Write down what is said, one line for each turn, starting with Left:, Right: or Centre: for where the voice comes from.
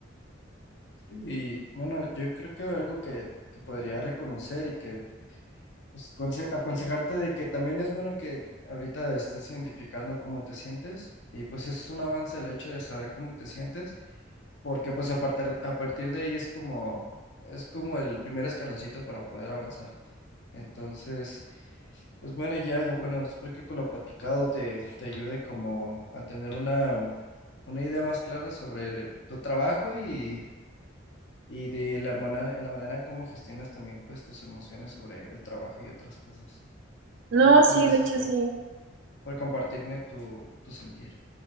Left: Sí, Y bueno, yo creo que algo que te podría reconocer y que pues, conse- aconsejarte de que también es bueno que ahorita estés identificando cómo te sientes y pues eso es un avance el hecho de saber cómo te sientes porque pues a partir, a partir de ahí es como, es como el primer escaloncito para poder avanzar. Entonces, pues bueno, ya, bueno, espero que con lo platicado te, te ayude como a tener una, una idea más clara sobre el- tu trabajo y, y de la, mona- en la manera en cómo gestionas también pues tus emociones sobre el trabajo y otras cosas.
Right: No,
Left: Igual pues
Right: sí,
Left: gracias
Right: de hecho
Left: por,
Right: sí.
Left: por compartirme tu, tu sentir.